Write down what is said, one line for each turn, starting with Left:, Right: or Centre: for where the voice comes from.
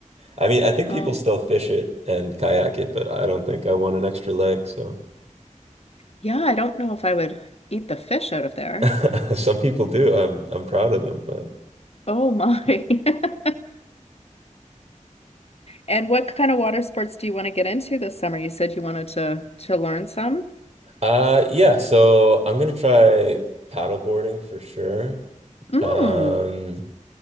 Right: I mean, I think
Left: Um,
Right: people still fish it and kayak it, but I don't think I want an extra leg. So
Left: yeah, I don't know if I would eat the fish out of there.
Right: <laughs> some people do. I'm I'm proud of them, but
Left: Oh my. <laughs> And what kind of water sports do you want to get into this summer? You said you wanted to to learn some.
Right: <laughs> uh, yeah. So I'm gonna try paddleboarding for sure.
Left: Mm.
Right: Um,